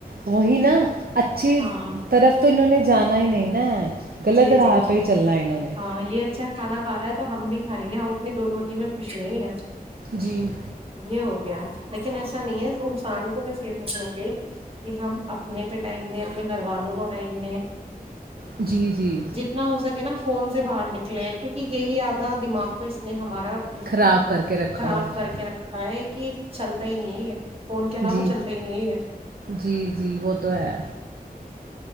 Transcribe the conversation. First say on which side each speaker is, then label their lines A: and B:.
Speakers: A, on the right (about 80°); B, on the right (about 40°).
A: وہی نا اچھی
B: ہاں
A: طرف تو انہوں نے جانا ہی نہیں نا غلط
B: جی جی
A: راہ پہ ہی چلنا انہوں نے
B: ہاں یہ اچھا کھانا کھ رہا ہے تو ہم بھی کھائیں گے ہم اپنی دو روٹی میں خوش نہیں ہیں
A: جی
B: یہ ہو گیا لیکن ایسا نہیں ہے انسان کو بس یہ سوچناک کہ ہم اپنے پہ ٹائم دیں اپنے گھر والوں کو ٹائم دیں
A: جی جی
B: جتنا ہو سکے نا فون سے باہر نکلے ہیں کیونکہ یہی آدا دماغ تو اس نے ہمارا بالکل
A: خراب کر کے رکھا
B: خراب
A: ہوا ہے
B: کر کے رکھا ہے کہ چھلتا ہی نہیں ہے یہ فون کے علاوہ
A: جی
B: چلتا ہی نہیں ہے
A: جی جی وہ تو ہے